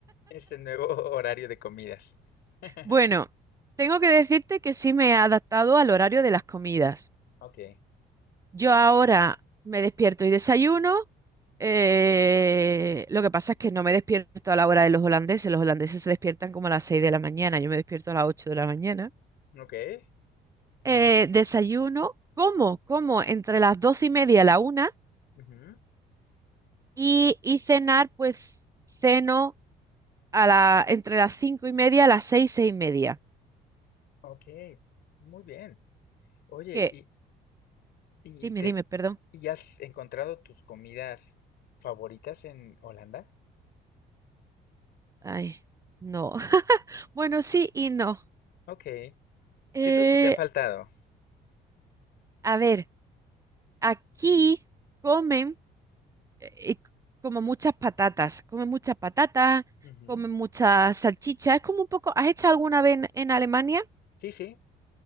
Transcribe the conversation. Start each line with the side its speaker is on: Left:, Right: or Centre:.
Left: este nuevo <laughs> horario de comidas. <laughs>
Right: Bueno, tengo que decirte que sí me he adaptado al horario de las comidas.
Left: Ok,
Right: Yo ahora me despierto y desayuno. eh, lo que pasa es que no me despierto a la hora de los holandeses. Los holandeses se despiertan como a las 6 de la mañana. Yo me despierto a las 8 de la mañana.
Left: ok, wow,
Right: Eh, desayuno, como, como entre las 12 y media a la una
Left: ujú,
Right: y, y cenar, pues ceno a la, entre las 5 y media a las seis seis y media.
Left: ok, muy bien. Oye,
Right: qué
Left: ¿y, y
Right: dime,
Left: te,
Right: dime, perdón.
Left: y has encontrado tus comidas favoritas en Holanda?
Right: Ay, no. <laughs> Bueno, sí y no.
Left: Ok, ¿qué
Right: Eh,
Left: es lo que te ha faltado?
Right: a ver, aquí comen. eh, como muchas patatas, come muchas patatas,
Left: Ujú,
Right: come muchas salchichas. Es como un poco, ¿has hecho alguna vez en, en Alemania?
Left: Sí, sí,